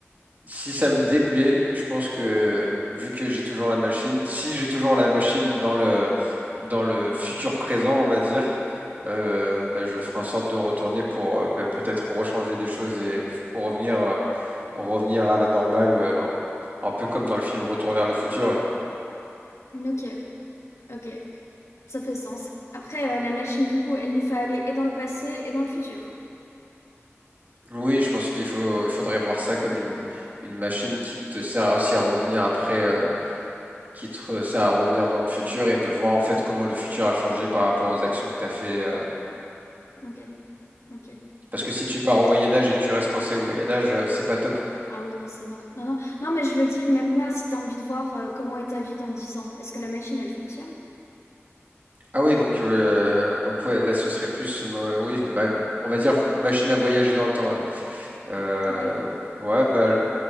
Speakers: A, on the right (about 35°); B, on the left (about 80°).
A: Si ça me déplaît, je pense que vu que j'ai toujours la machine, si j'ai toujours la machine dans le dans le futur présent, on va dire, euh, bah, je ferai en sorte de retourner pour euh, bah, peut-être rechanger les choses et f- pour revenir euh, revenir à la normale, euh, un peu comme dans le film Retour vers le futur.
B: Ok, ok, ça fait sens. Après, euh, la machine, du coup, elle nous fait aller et dans le passé et dans le futur.
A: Oui, je pense qu'il faut il faudrait voir ça comme une une machine qui te sert aussi à revenir après, euh, qui te sert à revenir dans le futur et de voir en fait comment le futur a changé par rapport aux actions que tu as fait. euh,
B: Ok, ok.
A: Parce que si tu pars au
B: C'est-
A: Moyen Âge et que tu restes coincé au Moyen Âge, euh, c'est pas top.
B: Ah ouais, non, c'est mort. Non, non, non, mais je veux dire, même là, si t'as envie de voir euh, comment est ta vie dans 10 ans, est-ce que la machine, elle fonctionne?
A: Ah oui, donc euh, donc ouais, là ce serait plus, euh, oui, ma- on va dire machine à voyager dans le temps. Ouais, Euh,
B: Ouais,
A: ouais, bah